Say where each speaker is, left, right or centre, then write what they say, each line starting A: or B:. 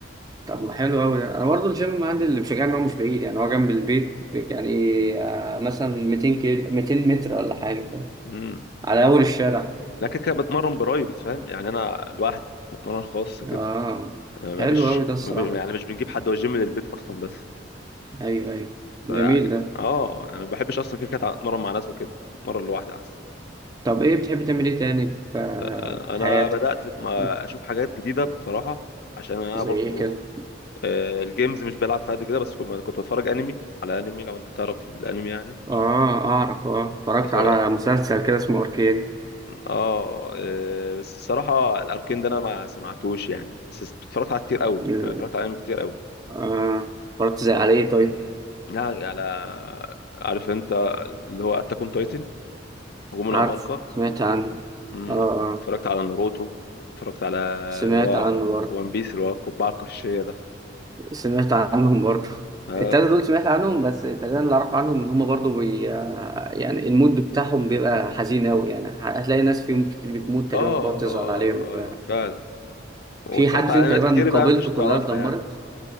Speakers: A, on the right; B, on the left.
A: طب ما حلو قوي ده. انا برضه الجيم عندي اللي مشجعني ان هو مش بعيد يعني هو جنب البيت يعني آه، مثلا 200 كيلو 200 متر ولا حاجه
B: امم
A: على اول الشارع
B: لا كده كده بتمرن برايفت فاهم يعني انا لوحدي بتمرن خاص كده
A: اه
B: آه، ما
A: حلو
B: فيش
A: قوي ده الصراحه
B: ما في يعني مش بنجيب حد هو الجيم للبيت اصلا بس
A: ايوه ايوه جميل
B: ف يعني
A: ده
B: اه يعني انا ما بحبش اصلا كده كده اتمرن مع ناس وكده اتمرن لوحدي احسن
A: طب ايه بتحب تعمل ايه تاني في آه،
B: آه،
A: في
B: انا
A: حياتك
B: بدات ما
A: بت-
B: اشوف حاجات جديده بصراحه عشان انا
A: زي
B: برضو
A: ايه كده
B: آه، الجيمز مش بلعب فيها قد كده بس كنت كنت بتفرج انمي على انمي لو انت تعرف الانمي يعني
A: اه اعرف اه اتفرجت
B: بس اه
A: على مسلسل كده اسمه اركين
B: آه، بس الصراحه الاركين ده انا ما سمعتوش يعني بس اتفرجت على كتير قوي
A: ال-
B: انا اتفرجت على انمي كتير قوي
A: اه اتفرجت زي عليه طيب
B: لا على عارف انت اللي هو اتاك اون تايتن هجوم العمالقه
A: عارف سمعت عنه
B: أمم،
A: اه آه،
B: اتفرجت على ناروتو اتفرجت على
A: سمعت
B: اللي هو
A: عنه برضه
B: وان بيس اللي هو القبعه القشيه ده
A: سمعت عنهم برضه
B: اه
A: التلاتة
B: اتف-
A: دول سمعت عنهم بس تقريبا اللي أعرف عنهم إن هما برضه بي... يعني المود بتاعهم بيبقى حزين أوي يعني هتلاقي ناس فيهم كتير بتموت تقريبا
B: اه اه
A: بتقعد تزعل عليهم ف...
B: آه، فعلا واتفرجت
A: في حد فيهم
B: على انميات
A: تقريبا
B: كتير بقى
A: قبيلته
B: انت مش هتعرفها
A: كلها اتدمرت
B: يعني